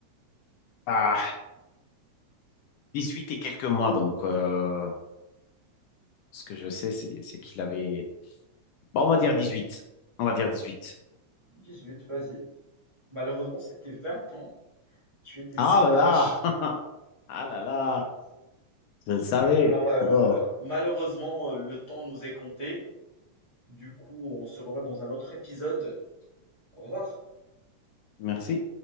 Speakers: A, on the left; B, on the right.
A: ah, 18 et quelques mois. Donc, euh, ce que je sais, c'est, c'est qu'il avait. Bah, on va dire dix-huit On va dire dix-huit
B: dix-huit vas-y. Malheureusement, c'était 20 ans. Tu étais
A: Ah
B: si
A: là
B: proche.
A: là! Ah là là! Je le savais.
B: Alors, euh,
A: Oh,
B: malheureusement, euh, le temps nous est compté. Du coup, on se revoit dans un autre épisode. Au revoir.
A: merci.